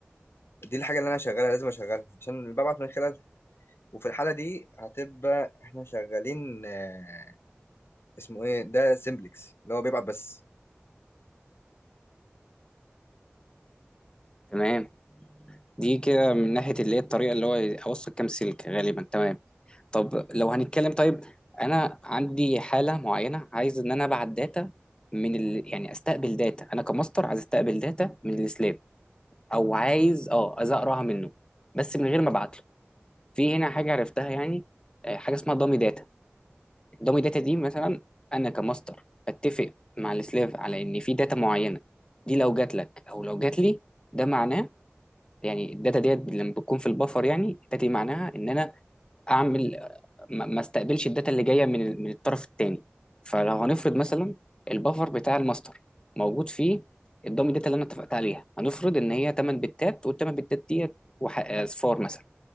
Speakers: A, on the left; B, on the left.
A: دي الحاجه اللي انا هشغلها لازم اشغلها عشان اللي ببعت من خلالها وفي الحاله دي هتبقى احنا شغالين آه، اسمه ايه ده سيمبلكس اللي هو بيبعت بس
B: تمام دي كده من ناحيه اللي هي الطريقه اللي هو اوصل كام سلك غالبا تمام طب لو هنتكلم طيب انا عندي حاله معينه عايز ان انا ابعت داتا من ال... يعني استقبل داتا انا كماستر عايز استقبل داتا من السلاب او عايز اه عايز اقراها منه بس من غير ما ابعت له في هنا حاجه عرفتها يعني آه، حاجه اسمها دامي داتا دامي داتا دي مثلا انا كماستر بتفق مع السلاف على ان في داتا معينه دي لو جات لك او لو جات لي ده معناه يعني الداتا ديت لما بتكون في البفر يعني الداتا دي معناها ان انا اعمل ما ما استقبلش الداتا اللي جايه من ال- من الطرف الثاني فلو هنفرض مثلا البفر بتاع الماستر موجود فيه الدامي داتا اللي انا اتفقت عليها هنفرض ان هي 8 بتات وال 8 بتات ديت وح- اصفار مثلا